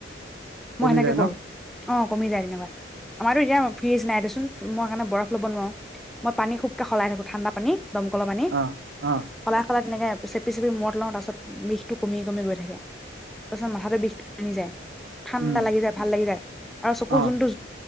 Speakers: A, in the centre; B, on the right.
A: মই
B: কমি
A: সেনেকে
B: যায় ন
A: কৰো। অ কমি যায় তেনেকুৱাত। আমাৰতো ইয়াত ফ্ৰিজ নাই দেচোন মই কাৰণে বৰফ ল'ব নোৱাৰোঁ। মই পানী খুবকে সলাই থাকো ঠাণ্ডা পানী। দমকলৰ পানী
B: অ অ
A: সলাই সলাই তেনেকে চেপি চেপি মূৰত লওঁ তাৰ পাছত বিষটো কমি কমি গৈ থাকে। ত মাথাটো বিষটো কমি যায়। ঠাণ্ডা
B: উম
A: লাগি যায় ভাল লাগি যায় আৰু চকু
B: অ
A: যোনটো